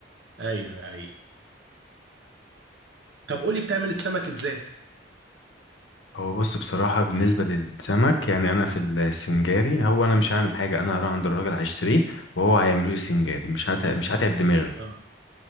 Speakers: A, on the right (about 80°); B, on the left (about 85°).
A: ايوه ايوه طب قولي بتعمل السمك ازاي
B: هو بص بصراحة بالنسبة للسمك يعني أنا في السنجاري هو أنا مش هعمل حاجة أنا هروح عند الراجل هشتريه وهو هيعمله لي سنجاري مش هت... مش هتعب دماغي
A: اه